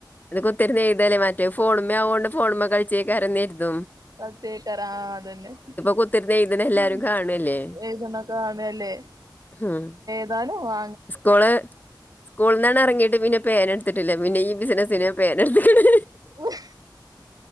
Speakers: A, on the left; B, on the right.
A: അത് കുത്തര്ന്ന് എയ്താല്ലേ മാറ്റേ ഫോണുമ്മേ ആവോണ്ട് ഫോണുമ്മെ കൾച്ചേക്കാരം കര്തും
B: തോട്കേക്കാരം ആഹ് അതന്നെ
A: കുത്തിരുന്ന് എഴുതണ
B: ഉം
A: എല്ലാരും കാണുവല്ലേ
B: എയ്തിണതാണ് അല്ലേ
A: ഹും
B: ന്നാലും വാ
A: സ്കൂള് സ്കൂൾന്നാണ് അറങ്ങീട്ട് പിന്നെ പേന എട്ത്തിട്ടില്ല പിന്നെ ഈ ബിസിനസ്സിന് പേരൊട്ത്തിക്കിണ്
B: മ്മ്!